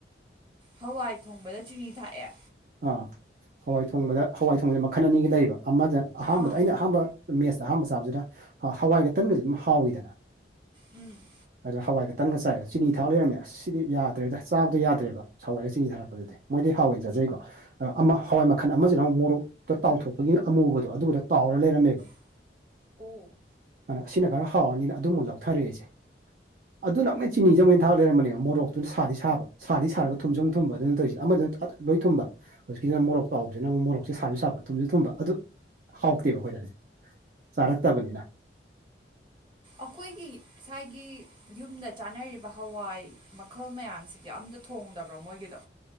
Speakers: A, on the right (about 25°); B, on the right (about 50°).
A: ꯍꯋꯥꯏ ꯊꯣꯡꯕꯗ ꯆꯤꯅꯤ ꯊꯥꯛꯑꯦ
B: ꯑꯥ ꯍꯋꯥꯏ ꯊꯣꯡꯕꯗ ꯍꯋꯥꯏ ꯊꯣꯡꯕꯖꯦ ꯃꯈꯟ ꯑꯅꯤꯒꯤ ꯂꯩꯕ ꯑꯃꯗ ꯑꯍꯥꯝꯕꯗ
A: ꯑꯥ
B: ꯑꯩꯅ ꯑꯍꯥꯝꯕ ꯃꯦꯠꯁ ꯑꯍꯥꯥꯝꯕ ꯆꯥꯕꯖꯤꯅ ꯍꯋꯥꯏꯒ ꯇꯟꯒꯖꯤ ꯑꯗꯨꯝ ꯍꯥꯎꯋꯤꯗꯅ
A: ꯎꯝ
B: ꯑꯗꯣ ꯍꯋꯥꯏꯒ ꯇꯟꯒ ꯆꯥꯏꯑꯦꯕ ꯆꯤꯅꯤ ꯊꯥꯛ ꯂꯩꯔꯝꯃꯦ ꯑꯁ ꯁꯤꯗꯤ ꯌꯥꯗ꯭ꯔꯦꯗ ꯆꯥꯕꯗꯣ ꯌꯥꯗ꯭ꯔꯦꯕ ꯍꯧꯋꯥꯏꯗ ꯆꯤꯅꯤ ꯊꯥꯛꯂꯛꯄꯗꯗꯤ ꯃꯣꯏꯗꯤ ꯍꯥꯎꯌꯦꯅ ꯆꯥꯖꯩꯀꯣ ꯑꯃ ꯍꯋꯥꯏ ꯃꯈꯟ ꯑꯃꯖꯤꯅ ꯑꯃꯨꯛ ꯃꯣꯔꯣꯛꯇꯣ ꯇꯥꯎꯊꯣꯛꯄꯒꯤ ꯑꯃꯨꯕꯗꯣ ꯑꯗꯨꯒꯗꯣ ꯇꯥꯎꯔ ꯂꯩꯔꯝꯃꯦꯕ
A: <unintelligible> ꯑꯣ
B: ꯑꯟ ꯑꯁꯤꯅ ꯈꯔ ꯍꯥꯎꯔꯅꯤꯅ ꯑꯗꯨꯃꯨꯛ ꯂꯧꯊꯔꯦ ꯑꯩꯖꯦ ꯑꯗꯨꯅ ꯑꯃꯨꯛ ꯍꯦꯟ ꯆꯤꯅꯤꯖꯤ ꯑꯃꯨꯛ ꯍꯦꯟ ꯊꯥꯛ ꯂꯩꯔꯝꯕꯅꯦꯕ ꯃꯣꯔꯣꯛꯇꯨꯅ ꯁꯥꯗꯤ ꯁꯥꯕ ꯁꯥꯗꯤ ꯁꯥꯔꯒ ꯊꯨꯝꯖꯦ ꯑꯃꯨꯛ ꯊꯨꯝꯕ ꯑꯗꯨꯅꯦ ꯇꯧꯏꯖꯦ ꯑꯃꯗꯨꯅ ꯑꯠ ꯂꯣꯏ ꯊꯨꯝꯕ ꯍꯧꯖꯤꯛꯀꯤꯖꯤꯅ ꯃꯣꯔꯣꯛ ꯇꯥꯎꯕꯖꯤꯅ ꯑꯃꯨꯛ ꯃꯣꯔꯣꯛꯁꯦ ꯁꯥꯖꯨ ꯁꯥꯕ ꯊꯨꯝꯖꯨ ꯊꯨꯝꯕ ꯑꯗꯨ ꯍꯥꯎꯇꯦꯕ ꯑꯈꯣꯏꯗꯗꯤ ꯆꯥꯔꯛꯇꯕꯅꯤꯅ
A: ꯑꯈꯣꯏꯒꯤ ꯁꯥꯏꯒꯤ ꯌꯨꯝꯅ ꯆꯥꯅꯔꯤꯕ ꯍꯋꯥꯏ ꯃꯈꯜ ꯃꯌꯥꯝꯁꯤꯗꯤ ꯑꯝꯇ ꯊꯣꯡꯗꯕ꯭ꯔꯣ ꯃꯣꯏꯒꯤꯗꯣ